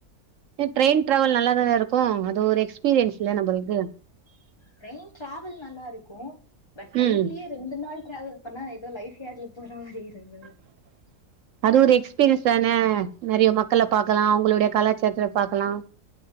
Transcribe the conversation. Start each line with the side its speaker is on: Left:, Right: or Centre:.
Right: ஏ ட்ரெயின் ட்ராவல் நல்லாாதான இருக்கு அது ஒரு எக்ஸ்பீரியன்ஸ் இல்லயா நம்மளுக்கு
Left: டிரெயின் டிராவல் நல்லா இருக்கு பட் ட்ரெயின்லேயே
Right: ம்
Left: ரெண்டு நாள் ட்ராவல் பண்ணா ஏதோ லைஃப் ஏர்ல போற மாரி இருந்தது
Right: <unintelligible> அது ஒரு எக்ஸ்பீரியன்ஸ் தான நறைய மக்கள பாக்கலா அவங்களுடைய கலாச்சாரத்த பாக்கலா